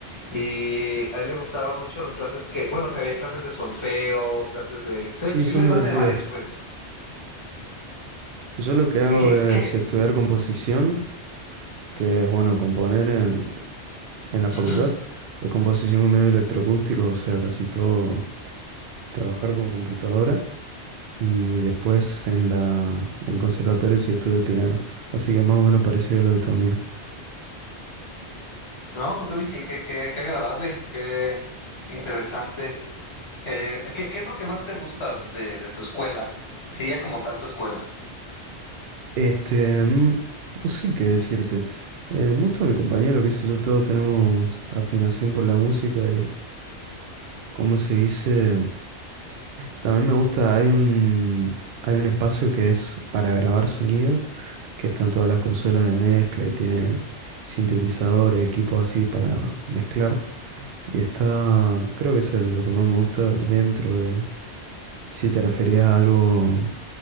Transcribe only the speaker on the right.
Sí,
son
divertidas.
Yo lo que hago
es
estudiar composición, que es bueno, componer en, en la facultad,
de composición con medio electroacústico, o sea, casi todo trabajar con computadora. y después en la, en el conservatorio sí estudié piano. Así que más o menos parecido a lo de tu amigo.
Este, mm, no sé qué decirte. Eh, me gusta mi compañero, qué sé yo, todos tenemos afinación por la música y, ¿cómo se dice? También me gusta, hay un, hay un espacio que es para grabar sonido, que están todas las consolas de mezcla y tiene sintetizadores, equipos así para mezclar. Y está, creo que es el- lo que más me gusta dentro de, Si te referías a algo,